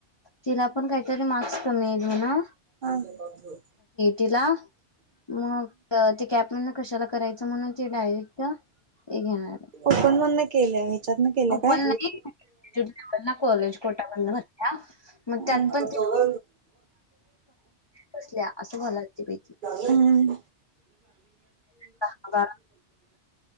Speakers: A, on the left; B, on the right.
A: तिला पण काहीतरी मार्क्स कमी आहेल ना
B: बध
A: तिला मग त कॅब म्हण कशाला करायचं म्हणून तेी डायरेक्ट हे घेणार
B: ओपन म्हण केल्या ह्याच्यातन केल्या काय
A: पण नाही कॉलेज कोटा भरल्या
B: आ
A: मग त्यात पण ते बसल्या असं घालायची पैकी
B: युवर्िट
A: दहा बारा.